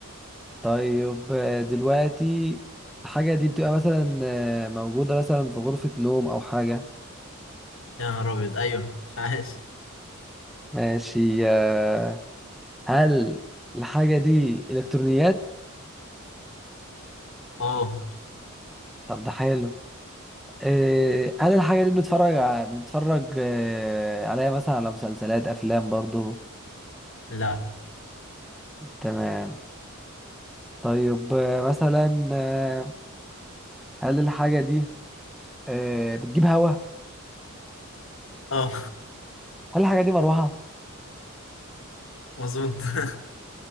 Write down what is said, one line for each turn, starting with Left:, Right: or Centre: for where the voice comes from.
Centre: طيب آه، دلوقتي الحاجة دي بتبقى مثلا آه، موجودة مثلا في غرفة نوم أو حاجة
Left: يا نهار ابيض ايوه عايش
Centre: ماشي آه، هل الحاجة دي إلكترونيات؟
Left: اه
Centre: طب ده حلو آه، هل الحاجة دي بنتفرج ع- بنتفرج آه، عليها مثلا على مسلسلات أفلام برضو؟
Left: لا
Centre: تمام طيب آه، مثلا آه، هل الحاجة دي آه، بتجيب هوا؟
Left: اه
Centre: هل الحاجة دي مروحة؟
Left: <laughs> مظبوط <laughs>